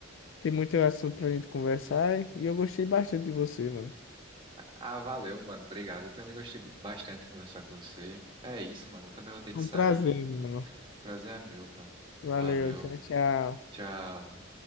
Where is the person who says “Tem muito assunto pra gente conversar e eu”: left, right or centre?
Left